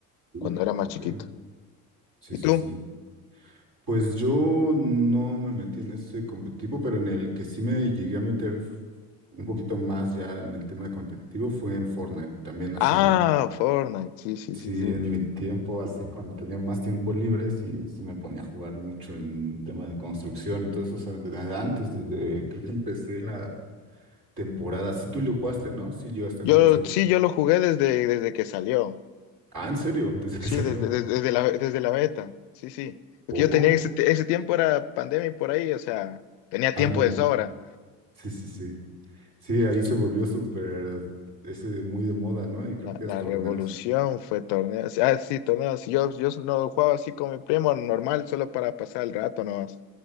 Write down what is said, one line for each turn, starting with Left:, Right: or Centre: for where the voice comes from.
Right: Uf,
Left: cuando era más
Right: ok.
Left: chiquito.
Right: Sí,
Left: ¿Y
Right: sí,
Left: tú?
Right: sí. Pues yo no me metí en ese competitivo, pero en el que sí me llegué a meter un poquito más ya en el tema de competitivo fue en Fortnite. También hace,
Left: Ah, Fortnite, sí, sí,
Right: sí,
Left: sí, sí.
Right: en mi tiempo, así cuando tenía más tiempo libre, sí, sí me ponía a jugar mucho en tema de construcción y todo eso. O sea, desde antes, desde que empecé la temporada, sí tú lo jugaste, ¿no? Sí llegaste
Left: Yo
Right: a conocer.
Left: sí, yo lo jugué desde, desde que salió.
Right: Ah, ¿en serio? <laughs> Desde que
Left: Sí,
Right: salió.
Left: desde, desde, desde la, desde la beta. Sí, sí. Porque
Right: Ojo.
Left: yo tenía ese, ese tiempo era pandemia y por ahí, o sea, tenía
Right: Ándale.
Left: tiempo de sobra.
Right: Sí, sí, sí. Sí, ahí se volvió súper ese de muy de moda, ¿no? Y creo
Left: La,
Right: que
Left: la
Right: es torneos.
Left: revolución fue torneo. Ah, sí, torneos. Yo, yo no jugaba así con mi primo normal, solo para pasar el rato nomás.